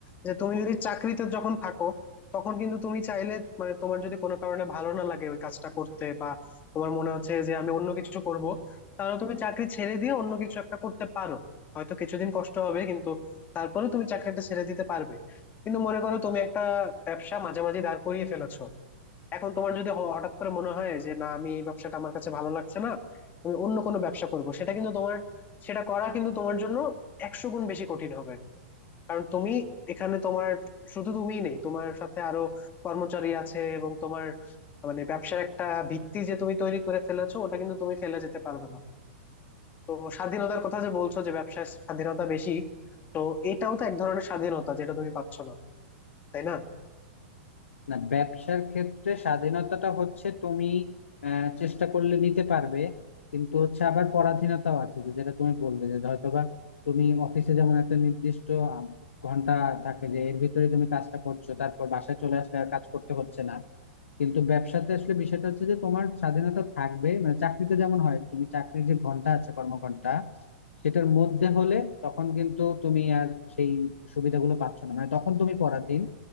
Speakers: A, on the left; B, on the left.
A: যে তুমি যদি চাকরিতে যখন থাকো তখন কিন্তু তুমি চাইলে মানে তোমার যদি কোনো কারণে ভালো না লাগে ওই কাজটা করতে বা তোমার মনে হচ্ছে যে আমি অন্য কিছু করব তাহলে তুমি চাকরি ছেড়ে দিয়ে অন্য কিছু একটা করতে পারো হয়তো কিছুদিন কষ্ট হবে কিন্তু তারপরে তুমি চাকরিটা ছেড়ে দিতে পারবে কিন্তু মনে করো তুমি একটা ব্যবসা মাঝামাঝি দাঁড় করিয়ে ফেলেছো এখন তোমার যদি হ- হঠাৎ করে মনে হয় যে না আমি এই ব্যবসাটা আমার কাছে ভালো লাগছে না আমি অন্য কোনো ব্যবসা করব সেটা কিন্তু তোমার সেটা করা কিন্তু তোমার জন্য একশো গুণ বেশি কঠিন হবে কারণ তুমি এখানে তোমার শুধু তুমিই নেই তোমার সাথে আরো কর্মচারী আছে এবং তোমার মানে ব্যবসার একটা ভিত্তি যে তুমি তৈরি করে ফেলেছো ওটা কিন্তু তুমি ফেলে যেতে পারবে না তো স্বাধীনতার কথা যে বলছো যে ব্যবসায় স্বাধীনতা বেশি তো এটাও তো এক ধরনের স্বাধীনতা যেটা তুমি পাচ্ছ না তাই না
B: না ব্যবসার ক্ষেত্রে স্বাধীনতাটা হচ্ছে তুমি আহ, চেষ্টা করলে নিতে পারবে কিন্তু হচ্ছে আবার পরাধীনতাও আছে যে যেটা তুমি বললে যে হয়তোবা তুমি অফিসে যেমন একটা নির্দিষ্ট আহ, ঘন্টা থাকে যে এর ভিতরে তুমি কাজটা করছো তারপর বাসায় চলে আসলে আর কাজ করতে হচ্ছে না কিন্তু ব্যবসাতে আসলে বিষয়টা হচ্ছে যে তোমার স্বাধীনতা থাকবে মানে চাকরিতে যেমন হয় তুমি চাকরির যে ঘন্টা আছে কর্মঘন্টা সেটার মধ্যে হলে তখন কিন্তু তুমি আর সেই সুবিধাগুলো পাচ্ছ না মানে তখন তুমি পরাধীন